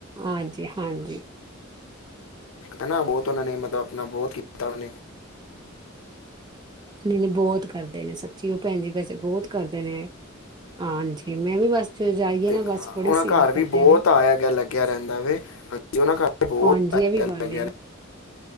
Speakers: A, on the right (about 20°); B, on the left (about 75°).
A: ਹਾਂਜੀ ਹਾਂਜੀ
B: ਹਨ ਨਾ ਉਹ ਉਹਨਾਂ ਨੇ ਮਤਲਬ ਆਪਣਾ ਬਹੁਤ ਤਣੇ
A: ਨਹੀਂ ਬਹੁਤ ਕਰਦੇ ਨੇ ਸੱਚੀ ਉਹ ਭੈਣ ਜੀ ਵੈਸੇ ਬਹੁਤ ਕਰਦੇ ਨੇ ਹਾਂਜੀ ਫ ਮੈਂ ਵੀ ਬਸ ਜੋ ਜਾਈਏ
B: ਉਹ
A: ਨਾ ਬਸ ਬੜੀ ਸੇਵਾ
B: ਘਰ ਵੀ
A: ਕਰਦੇ
B: ਬਹੁਤ
A: ਨੇ
B: ਆਇਆ ਗਿਆ ਲੱਗਿਆ ਰਹਿੰਦਾ ਵ ਹਾਂਜੀ ਉਹ ਘਰ ਵੀ ਬਹੁਤ
A: ਹਾਂਜੀ
B: ਆ
A: ਇਹ ਵੀ ਗੱਲ
B: ਲਗਦਾ
A: ਏ